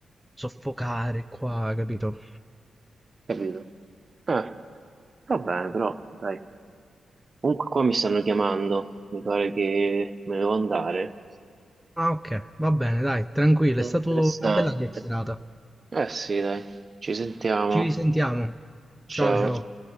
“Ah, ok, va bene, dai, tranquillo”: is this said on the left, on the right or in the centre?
Centre